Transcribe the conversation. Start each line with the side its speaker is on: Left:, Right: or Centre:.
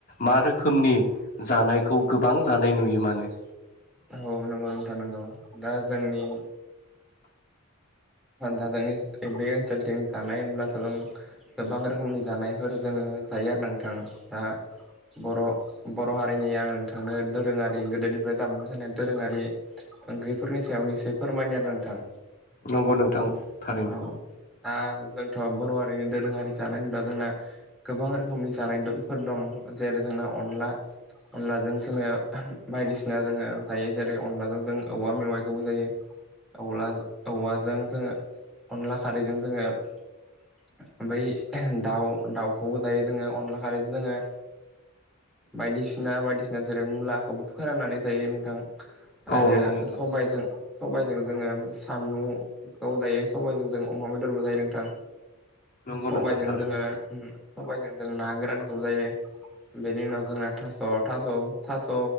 Left: मा रोखोमनि जानायखौ गोबां जानाय नुयो मानो
Centre: औ नंगौ नोंथां नांगौ दा जोंनि दा जोंनि बे ओनसोलथिं जानाय होनब्लाथ' जों गोबां रोखोमनि जानायफोर जोंङो जायो आरो नोंथां दा बर' हारिनि आं नोंथांनो दोरोंङारि गोदो निफ्राय जाबोबाय थानाय दोरोंङारि ओंख्रिफोरनि सायावनो एसे फोरमायनो आरोना नोंथां
Left: नंगौ नोंथां थारैनो
Centre: औ दा जोंथ' बर' हारिनि दोरोङारि जानाय ना जोंना गोबां रोखोमनि जानायफोर दं जेरै जोंना अनला अनलाजों जोंङो बायदिसिना जोंङो जायो जेरै अनलाजों जों औवा मेवाइखौबो जायो औवाजों जोंङो अनला खारैजों जोंङो ओमफ्राय दाउ दाउखौबो जायो जोंङो अनला खारैजों जोंङो बायदिसिना बायदिसिना जेरै मुलाखौ फोराननानै जायो नोंथां आरो
Left: औ नंगौ नोंथां
Centre: सबायजों सबायजों जोंङो साम'खौ जायो सबायजों जों अमा बेदरबो जायो नोंथां।
Left: नंगौ
Centre: सबायाइजों
Left: नोंथां थारैनो
Centre: जोंङो सबायजों जों ना गोरानखौबो जायो।
Left: <inaudible>
Centre: बेनि उनाव जोंना थास' थास' थास'